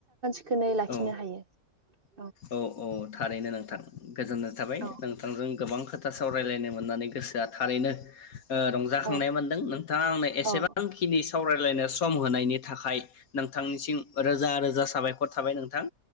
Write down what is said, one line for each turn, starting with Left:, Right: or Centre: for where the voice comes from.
Right: खोनै लाखिनो
Left: औ
Right: हायो
Left: औ औ थारैनो नोंथां गोजोननाय थाबाय
Right: औ
Left: नोंथांजों गोबां खोथा सावरायलायनाय मोननानै गोसोआ थारैनो रंजाखांनाय
Right: औ
Left: मोनदों नोंथाङा आंनो एसेबांखिनि
Right: औ
Left: सावरायलायनो सम होनायनि थाखाय नोंथांनिसिम रोजा रोजा साबायखर थाबाय नोंथां